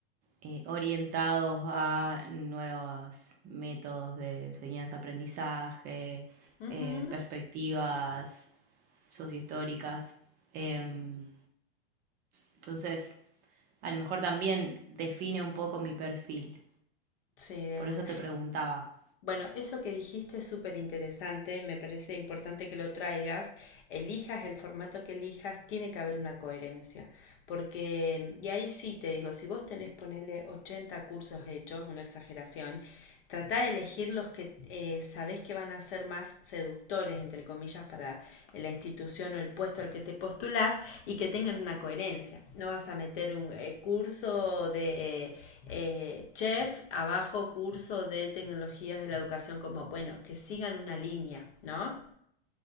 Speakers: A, on the right (about 30°); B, on the left (about 65°).
A: eh, orientados a nuevos métodos de enseñanza-aprendizaje,
B: ujú.
A: eh, perspectivas sociohistóricas. Em, entonces, a lo mejor también define un poco mi perfil.
B: Sí, de
A: Por
B: una.
A: eso te preguntaba,
B: Bueno, eso que dijiste es súper interesante, me parece importante que lo traigas. Elijas el formato que elijas, tiene que haber una coherencia. Porque, y ahí sí te digo, si vos tenés, ponerle 80 cursos hechos, una exageración, Trata de elegir los que eh, sabés que van a ser más seductores, entre comillas, para la institución o el puesto al que te postulás y que tengan una coherencia. No vas a meter un eh, curso de eh, eh, chef, abajo curso de tecnologías de la educación, como bueno, que sigan una línea, ¿no?